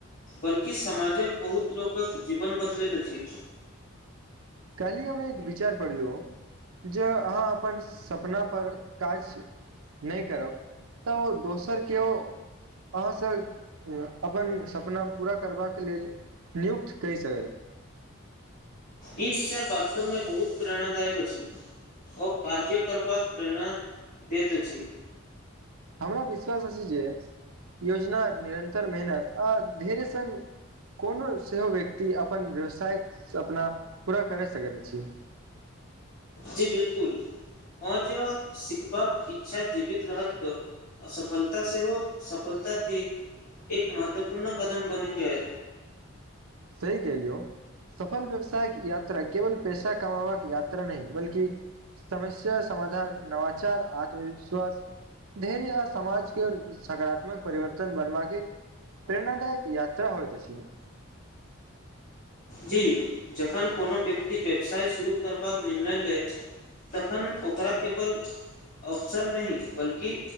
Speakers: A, on the left; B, on the right.
A: बल्कि समाजक बहुत लोकक जीवन बदलैत अछि।
B: कल्हि हम एक विचार पढ़लु। ज अहाँ अपन सपना पर काज नै करब तऽ ओ दोसर के ओ अहाँ से ए अपन सपना पूरा करबाक लेल नियुक्त कए से
A: ई विचार वास्तव मे बहुत प्रेरणादायक अछि। ओ कार्य करबाक प्रेरणा दैत अछि।
B: हमरा विश्वास अछि जे योजना निरन तर मेहनत आ ढेरे सन कोनो सेहो व्यक्ति अपन व्यवसाय से अपना पूरा करै सकैत अछि।
A: जी बिलकुल औ जो सिखबाक इच्छा जीवित रहत त असफलता सेहो सफलता दे एक महत्वपूर्ण कदम बनि जाय।
B: सही कैहलियौ। सफल व्यवसाय क यात्रा केवल पैसा कमाबा के यात्रा नहि बल्कि समस्या, समाधान, नवाचार, आत्मविश्वास धैर्य आ समाजके सकारात्मक परिवर्तन बनबाक लेल। प्रेरणादायक यात्रा होइ तऽ।
A: जी जखन कोनो व्यक्ति व्यवसाय शुरू करबाक निर्णय लेैत तखन ओकरा केवल ऑप्शन नहि, बल्कि